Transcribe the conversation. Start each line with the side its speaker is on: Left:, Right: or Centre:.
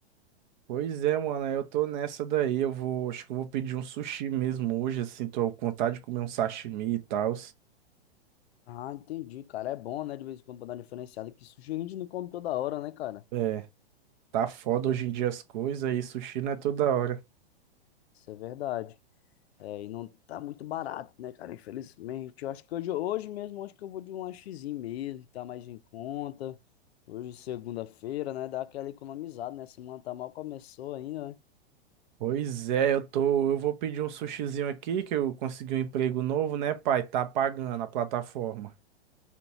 Right: Pois é, mano, eu tô nessa daí. Eu vou, acho que eu vou pedir um sushi mesmo hoje, assim, tô com vontade de comer um sashimi e tal.
Left: Ah, entendi, cara. É bom, né? De vez em quando pra dar uma diferenciada, que sushi a gente não come toda hora, né, cara?
Right: É, tá foda
Left: Isso, é,
Right: hoje em dia as coisas e sushi não é toda hora.
Left: isso é verdade. É, e não tá muito barato, né, cara? Infelizmente. Eu acho que hoje, hoje mesmo, eu acho que eu vou de um lanchezinho mesmo, tá mais em conta. Hoje, segunda-feira, né? Dá aquela economizada, né? Semana tá mal começou ainda, né?
Right: Pois é, eu tô, eu vou pedir um sushizinho aqui que eu consegui um emprego novo, né, pai? Tá pagando a plataforma.